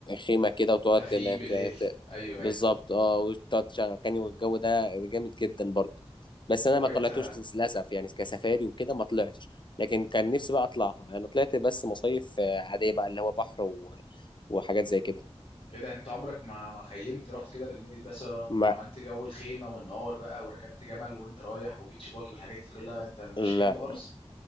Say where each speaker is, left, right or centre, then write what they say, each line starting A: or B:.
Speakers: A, on the left; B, on the left.
A: خيمة كده وتقعد
B: تخييم
A: تن-
B: بالليل
A: ت- ت-
B: ايوه
A: بالظبط
B: ايوه
A: اه وتقعد تشغل أغاني والجو ده جامد جدا برضو بس أنا
B: طب
A: ما
B: انت
A: طلعتوش للأسف يعني كسفاري وكده ما طلعتش لكن كان نفسي بقى أطلعها أنا طلعت بس مصايف آه، عادية بقى اللي هو بحر و... وحاجات زي كده
B: ايه ده انت عمرك ما ما خيمت رحت كده بالليل مثلا وعملت
A: ما
B: جو الخيمه والنار بقى وركبت جمل وانت رايح وبيتش باجي والحاجات دي كلها انت ما فيش
A: لا
B: الكلام ده خالص